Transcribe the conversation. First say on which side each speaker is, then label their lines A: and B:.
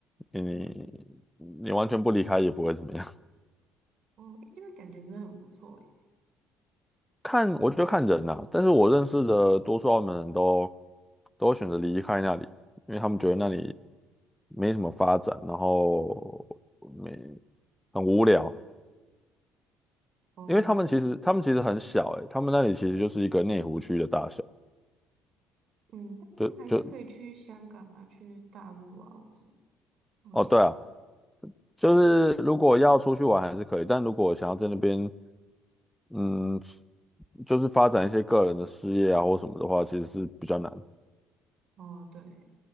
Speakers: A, in the centre; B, on the right.
A: 你你完全不离开也不会怎么样。
B: 哦，诶那感觉真的很不错诶。
A: <laughs> 看，我觉得看人呐、但是我认识的多数澳门人都都会选择离开那里，因为他们觉得那里没什么发展，然后没很无聊。
B: 哦，
A: 因为他们其实他们其实很小、欸，他们那里其实就是一个内湖区的大小。
B: 嗯，但是还是可以去香港啊，
A: 就就
B: 去大陆啊，或是附近。
A: 哦，对啊，就是如果要出去玩还是可以，但如果想要在那边，嗯，就是发展一些个人的事业啊或什么的话，其实是比较难。
B: 哦，对，